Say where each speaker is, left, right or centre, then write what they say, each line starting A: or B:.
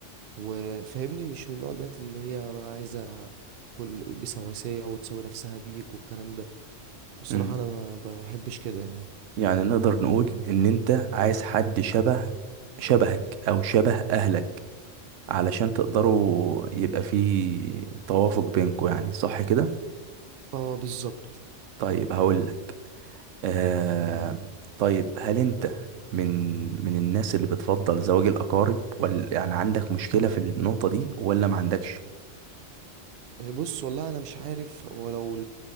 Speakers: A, on the right (about 60°); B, on the right (about 80°).
A: وفاهمني مش من نوع البنات اللي هي بقى عايزه كل بسواسيه وتساوي نفسها بيك والكلام ده بصراحة
B: مم.
A: انا ما بحبش كده يعني
B: يعني نقدر نقول ان انت عايز حد شبه شبهك او شبه اهلك علشان تقدروا يبقى في توافق بينكم يعني صح كده
A: اه بالظبط
B: طيب هقول لك آه طيب هل انت من من الناس اللي بتفضل زواج الأقارب ولا يعني عندك مشكلة في النقطة دي ولا ما عندكش
A: إيه، بص والله انا مش عارف ولو